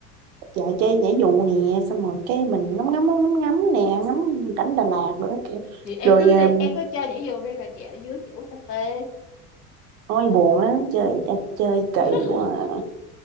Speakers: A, on the right; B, on the left.
A: dạ chơi nhảy dù nè xong rồi cái mình ngắm ngắm ngắm ngắm nè ngắm cảnh Đà Lạt rồi đó kiểu
B: thì em
A: rồi
B: cứ
A: à,
B: đi em cứ chơi nhảy dù đi rồi chị ở dưới chị uống cà phê
A: ôi buồn lắm chơi à, chơi kỳ
B: <laughs>
A: quá à.